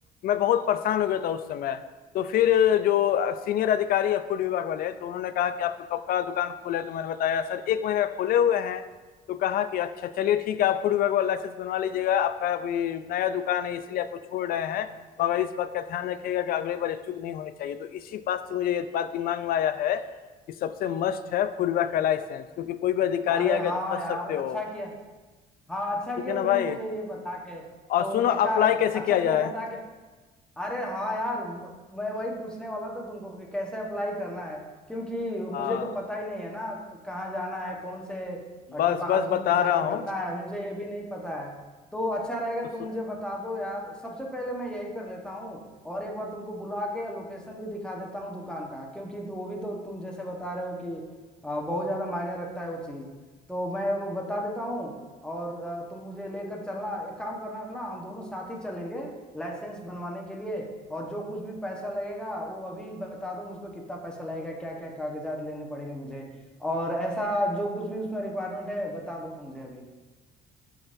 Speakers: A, on the left; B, in the centre.
A: मैं बहुत परेशान हो गया था उस समय तो फिर जो सीनियर अधिकारी है फूड विभाग वाले तो उन्होंने कहा कि आपको कब का दुकान खोले है? तो मैंने बताया सर एक महीने का खोले हुए हैं तो कहा कि अच्छा चलिए ठीक है आप फूड विभाग वाला लाइसेंस बनवा लीजिएगा आपका अभी नया दुकान है इसलिए आपको छोड़ रहे हैं मगर इस बात का ध्यान रखिएगा कि अगली बार ये चूक नहीं होनी चाहिए तो इसी बात से मुझे ये बात दिमाग में आया है कि सबसे मस्ट है फूडबैक का लाइसेंस क्योंकि कोई भी अधिकारी
B: अरे
A: आ गया
B: हाँ
A: तो फंस
B: यार
A: सकते हो
B: अच्छा किया हाँ अच्छा
A: ठीक
B: किया
A: है ना
B: तुमने
A: भाई
B: मुझे ये बता के
A: और
B: तो
A: सुनो
B: एक का
A: अप्लाई कैसे किया
B: अच्छा
A: जाए
B: किया बता के अरे हाँ यार व- मैं वही पूछने वाला था तुमको कि कैसे अप्लाई करना है क्योंकि
A: हाँ
B: मुझे तो पता ही नहीं है ना क- कहाँ जाना है कौन से
A: बस
B: डिपार्टमेंट
A: बस बता
B: में जाके
A: रहा
B: बनता
A: हूँ
B: है मुझे ये भी नहीं पता है तो अच्छा रहेगा
A: तो सु,
B: तुम मुझे बता दो यार सबसे पहले मैं यही कर लेता हूँ और एक बार तुमको बुला के लोकेशन भी दिखा देता हूँ दुकान का क्योंकि तो वो भी तो तुम जैसे बता रहे हो कि आ, बहुत ज्यादा मायने रखता है वो चीज तो मैं वो बता देता हूँ और आ, तुम मुझे लेकर चलना एक काम करना ना हम दोनों साथ ही चलेंगे लाइसेंस बनवाने के लिए और जो कुछ भी पैसा लगेगा वो अभी बता दो मुझको कितना पैसा लगेगा क्या क्या कागजात लेने पड़ेंगे मुझे और ऐसा जो कुछ भी उसमें रिक्वायरमेंट है बता दो मुझे अभी